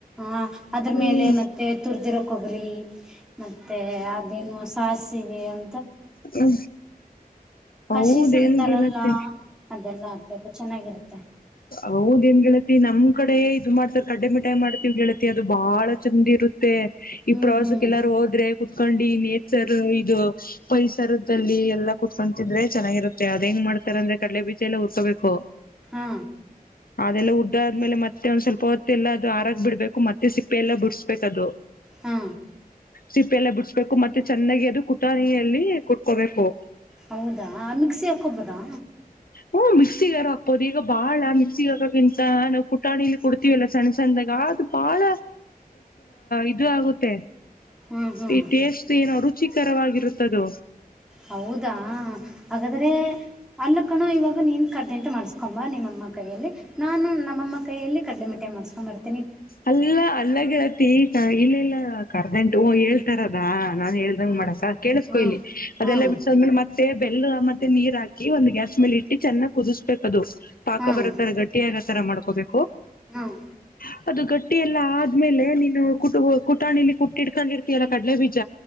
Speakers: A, in the centre; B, on the left (about 70°).
A: ಹ ಅದ್ರ
B: ಹ್ಮ್
A: ಮೇಲೆ ಮತ್ತೆ ಅಜರ ಕೊಬ್ಬರಿ <inaudible> ಮತ್ತ ಅದೇನು ಸ ಸಿಿವನ್
B: ಹ್ಮ ಹೌದೇನ್
A: ಕಶಿಸ್ ಅಂತಾರಲ್ಲ
B: ಗೆೇಳತ್ತ
A: ಅದೆಲ್ಲ ಹಾಕ್ಬೇಕು ಚೆನ್ನಾಗಿರುತ್ತೆ
B: ಹೌದ ನ್ ಗೆೇಳತಿ ನಮ್ ಕಡೆ ಇ ಮಾಡ್ತಾರೆ ಕಡ್ಡೆಮಿಠಾಯ ಮಾಡ್ತ ಕತಿ ಅದು ಬಹಳ ಚಂದ್ ಇರುತ್ತೆ ಮತ್ತೆ ಈ
A: ಹ್ಮ್
B: ಪ್ರವಾಸಕ್ಕೆ
A: ಹ್ಮ್
B: ಎಲ್ಲಾರು ಹೋದ್ರೆ ಕಕೊಂಡಿ ನೇಚರ್ ಇದು ಪೈಸರದ್ದಲ್ಲಿ ಎಲ್ಲಾ ಕುೂತ್ಕೊಂಡು ತಿಂದ್ರೆ ಚನ್ನಾಗಿರುತ್ತೆ ಅದ್ ಹೆಂಗ್ ಮಾಡ್ತಾರ ಅಂದ್ರೆ ಕಡಲೆ ಬೀಜ ಎಲ್ಲ ಹುರ್ಕೋಬೇಕು
A: ಹಾ
B: ಅದೆಲ್ಲ ಉದ್ದಾದ್ಮೇಲೆ ಮತ್ತೆ ಒಂದ್ವಪ ಹೊತ್ತ ಎಲ್ಲ ಅದು ಆರಾಗ ಬಿಡ್ಬೇಕು ಮತ್ತೆ ಸಿಪ್ಪೆ ಎಲ್ಲ ಬಿಡಸ್ಬೇಕು ಅದು
A: ಹಾ
B: ಸಿಪ್ಪಿ ಎಲ್ಲ ಬಿಡಸ್ಬೇಕು ಮತ್ತೆನ್ನಾಗಿ ಅದು ಕುತ ಕುಟ್ಕೋಬೇಕು
A: ಹೌದಾ ಮಿಕ್ಸಿ ಹಾಕೊಡ್ಬೋದಾ
B: ಹ್ಮ ಮಿಕ್ಸಿಗಾರ ಹಾಕ್ಬೋದು ಈಗ ಬಾಳ ಮಿಕ್ಸಿಗೆ ಹಾಕಕ್ಕಂತ ನಾವು ಕುಟಾಣಿಲಿ ಕುಡ್ತಿೀವಲ್ಲ ಸಣ್ಣ ಸಣ್ಣದಾಗ ಅದು ಬಾಳ ಇದು ಆಗುತ್ತೆ
A: ಹ್ಮ್ ಹ್ಮ್
B: ಈ ಟೇಸ್ಟ್ ಏನೋ ರುಚಿ ರವಾಗಿರುತ್ತ ಹತ್ತದ
A: ಹೌದಾ ಹಾಗಾದ್ರೆ ಅಲ್ಲ ಕಣು ಇವಾಗ ನಿಂದ ಕರ್ದಂಟ ಮಾಡಸ್ಕೊಂಬ ನಿಮ್ಮೈಯಲ್ಲಿ ನಾನು ನಮ್ಮ ಕೈಯಲ್ಲಿ ಕಡಲೆಮಿಟ್ಟೆ ಮಾಡಿಸ್ಕೊಂಬ ಬರ್ತೀ
B: ಅಲ್ಲ ಅಲ್ಲಗಿರತಿ ಇಲ್ಲ ಇಲ್ಲ ಕರ್ದಂಟು ಹೇಳ್ ತರದಾ ನಾನ್ ಹೇಳ್ದಂಗ್
A: ಹ್ಮ್
B: ಮಾಡಕ ಕೇಳಿಸಕೊ
A: ಹ್ಮ್
B: ಇಲಿ ಅದೆಲ್ಲಾ
A: ಹ್ಮ್
B: ಬಿಟ್ಟಸ್ಮೇಲೆ ಮತ್ತ ಮತ್ತೆ ಬೆಲ್ಲ ಮತ್ತೆ ನೀರ್ ಹಾಕಿ ಒಂದ್ ಗ್ಯಾಸ್ ಮೇಲೆ ಇಟ್ಟಿ ಚೆನ್ನಾಗ್ ಕುದಿಸ್ಬೇಕದು ಪಾಕ
A: ಹ್ಮ್
B: ಬರುತ್ತರ ಗಡ್ಟ್ಟಿಯ ಆಗತ್ತೆ ಈ ತರ ಮಾಡ್ಕೋದು
A: ಹ್ಮ್
B: ಹ ಅದು ಗಟ್ಟಿಯ ಎಲ್ಲ ಆದ್ಮೇಲೆ ನೀನು ಕುಟ ಕುಟಾಣಿಲಿ ಕುಟ್ಟಿ ಇಡ್ಕೊಂಡಿರ್ತೀಯಲ್ಲ ಕಡಲೆ ಬೀಜ